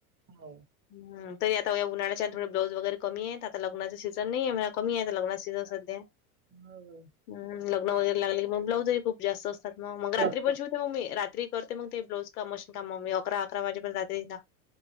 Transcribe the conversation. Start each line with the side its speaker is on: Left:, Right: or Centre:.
Right: हो
Left: हम्म तरी आता या उन्हाळ्याच्या थोडे ब्लाऊज वगैरे कमी येत, आता लग्नाचे सीझन नाही आहे म्हणा कमी आहे आता लग्नाचे सीझन संध्या
Right: हो
Left: हम्म, लग्न वगैेरे लागले की मग ब्लाऊजही खूप जास्त असतात ना मग
Right: जास्त
Left: रात्री पण शिवत तो मी रात्री करते मग ते ब्लाऊज काम मशिन काम मी अकरा अकरा वाजेपर्यंत रात्री जागते एकेकदा